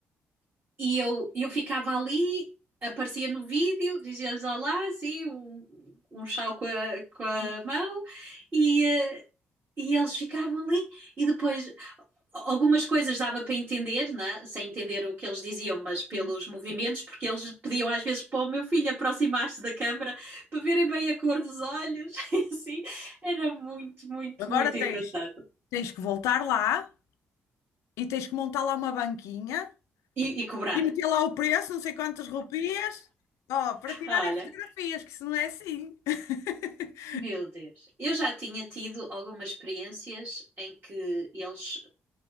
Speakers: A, on the right (about 45°); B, on the left (about 80°).
A: E eu, eu ficava ali, aparecia no vídeo, dizia-lhes olá, assim, um, um chau com a, com a
B: sim.
A: mão, e, eh, e eles ficavam ali. E depois, algumas coisas dava para entender, né? Sem entender o que eles diziam, mas pelos
B: sim.
A: movimentos, porque eles pediam às vezes para o meu filho aproximar-se da câmara para verem bem a cor dos olhos, <laughs> e assim. Era muito, muito,
B: Agora
A: muito
B: tens,
A: engraçado.
B: tens que voltar lá e tens que montar lá uma banquinha
A: E, e cobrar.
B: e meter lá o preço, não sei quantas rupias, ó, para tirarem
A: Olha.
B: fotografias, que isso não é assim. <laughs>
A: Meu Deus. Eu já tinha tido algumas experiências em que eles